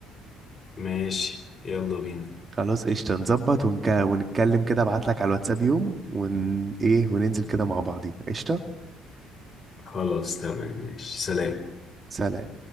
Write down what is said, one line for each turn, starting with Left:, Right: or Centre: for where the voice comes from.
Left: ماشي يلا بينا
Right: خلاص قشطة نظبط ونك... ونتكلم كده ابعتلك على الواتساب يوم ون ايه وننزل كده مع بعضينا قشطة
Left: خلاص تمام ماشي سلام
Right: سلام